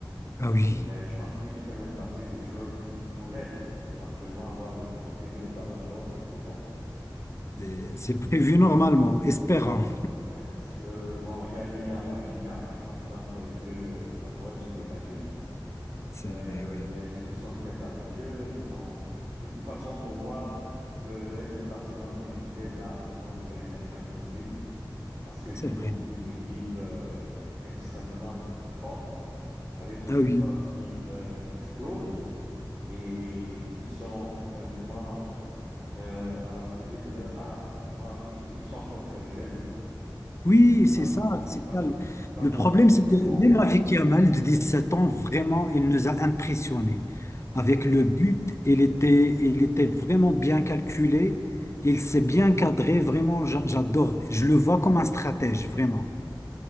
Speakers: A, on the left; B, on the right.
A: Ah oui,
B: Euh, je pense qu'il fait même partie des joueurs qui pourraient éventuellement avoir le, obtenir le ballon d'or cette saison.
A: Euh, C'est prévu normalement, espérant.
B: Ouais, Parce que, bon, il y a lui, il y a Rafinha. Je pense qu'entre les deux, euh, ça pourrait se dégager.
A: c'est
B: Euh,
A: vrai, oui.
B: mais ils sont ils sont très talentueux. Ils sont... De toute façon, pour moi, le, le FC Barcelone méritait largement de gagner la Champions League parce qu'ils
A: C'est vrai.
B: ont une équipe euh, extrêmement forte avec des
A: Ah
B: joueurs
A: oui.
B: qui euh, explosent et qui sont vraiment euh, à l'apogée de leur art. Vraiment, i- ils sont encore très jeunes
A: Oui,
B: et
A: c'est
B: quand,
A: ça, c'est
B: quand,
A: ça.
B: quand
A: Le problème,
B: on voit ce
A: c'est
B: qu'ils
A: que
B: font,
A: même avec Yamal, de 17 ans, vraiment, il nous a impressionnés.
B: ouais.
A: Avec le but, il était, il était vraiment bien calculé, il s'est bien cadré, vraiment, j'a- j'adore. Je le vois comme un stratège, vraiment.